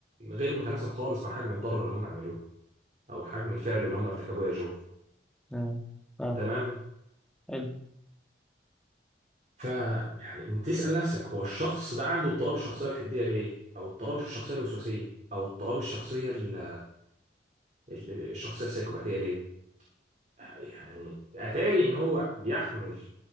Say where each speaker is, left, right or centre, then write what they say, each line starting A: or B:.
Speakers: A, on the right (about 40°); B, in the centre.
A: غير متناسب خالص مع حجم الضرر اللي هم عملوه أو حجم الفعل اللي هم ارتكبوه يا جو
B: نعم آه.
A: تمام
B: حلو
A: ف يعني انت تسأل نفسك هو الشخص ده عنده اضطراب الشخصية الحدية ليه او اضطراب الشخصية الوسواسية او اضطراب الشخصية ال- ال- الشخصية السايكوباتية ليه يعني اتاري ان هو بيحمل